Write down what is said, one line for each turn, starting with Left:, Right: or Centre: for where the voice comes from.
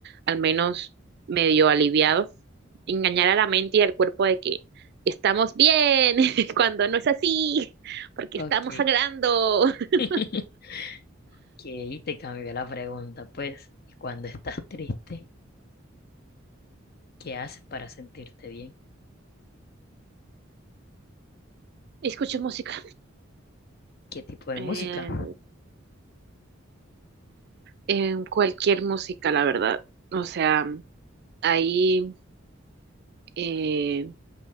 Right: al menos medio aliviado, engañar a la mente y al cuerpo de que estamos bien <laughs> cuando no es así, porque
Left: Ok.
Right: estamos sangrando. <laughs>
Left: <laughs> Ok, te cambió la pregunta, pues. ¿Y cuando estás triste, qué haces para sentirte bien?
Right: Escucho música,
Left: ¿Qué tipo de
Right: eh,
Left: música?
Right: eh, cualquier música, la verdad. O sea, ahí eh,